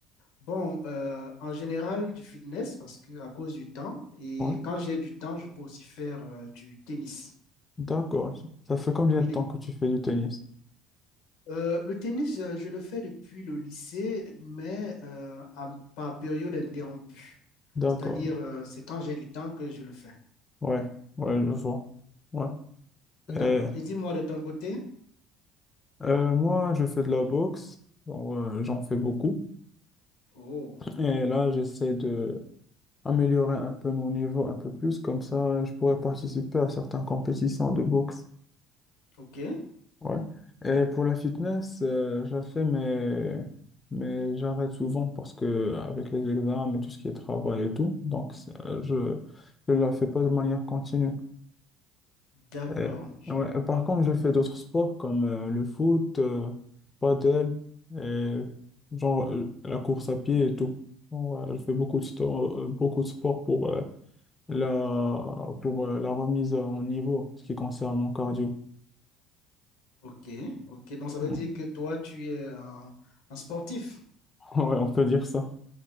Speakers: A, on the left; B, on the left.
A: Bon, euh, en général, du fitness parce que à cause du temps. Et
B: Ouais,
A: quand j'ai du temps, je peux aussi faire euh, du tennis.
B: d'accord. Ça fait combien
A: Et
B: de temps
A: le
B: que tu fais du tennis?
A: euh, le tennis, euh, je le fais depuis le lycée, mais euh, à- par période interrompue.
B: D'accord.
A: C'est-à-dire, euh, c'est quand j'ai du temps que je le fais.
B: Ouais, ouais, je vois. Ouais. Et,
A: D'accord. Et dis-moi de ton côté.
B: euh, moi, je fais de la boxe. Genre, euh, j'en fais beaucoup.
A: Oh,
B: Et là, j'essaie de améliorer un peu mon niveau un peu plus. Comme ça, je pourrais participer à certaines compétitions de boxe.
A: ok.
B: Ouais. Et pour la fitness, euh, je la fais, mais, mais j'arrête souvent parce que avec les examens et tout ce qui est travail et tout, donc c'est- euh, je ne la fais pas de manière continue.
A: D'accord.
B: Et-
A: Je,
B: ouais. Et Par
A: je
B: contre,
A: vois
B: je
A: un
B: fais
A: peu.
B: d'autres sports comme euh, le foot, euh, padel, et genre euh, la course à pied et tout. ouais, je fais beaucoup de, sto- euh, beaucoup de sports pour, euh, la, pour euh, la remise en niveau, ce qui concerne mon cardio.
A: Ok, ok. Donc, ça veut
B: Mm.
A: dire
B: <laughs>
A: que toi, tu es un un sportif.
B: Ouais, on peut dire ça.